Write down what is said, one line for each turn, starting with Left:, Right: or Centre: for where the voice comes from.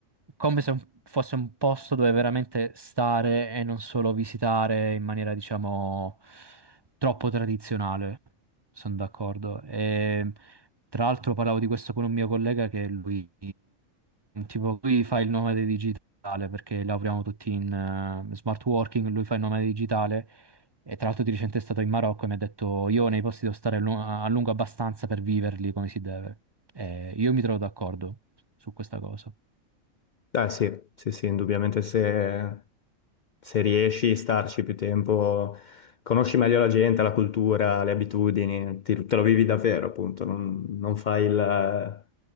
Right: come se un- fosse un posto dove veramente stare e non solo visitare in maniera, diciamo, troppo tradizionale. Sono d'accordo. E, tra l'altro parlavo di questo con un mio collega che lui, tipo, lui fa il nomade digitale perché lavoriamo tutti in eh, smart working, lui fa il nomade digitale e tra l'altro di recente è stato in Marocco e mi ha detto io nei posti devo stare a lu- a lungo abbastanza per viverli come si deve. E io mi trovo d'accordo su questa cosa.
Left: Ah, sì, sì, sì, indubbiamente se, se riesci a starci più tempo, conosci meglio la gente, la cultura, le abitudini, ti- te lo vivi davvero, appunto, non, non fai il,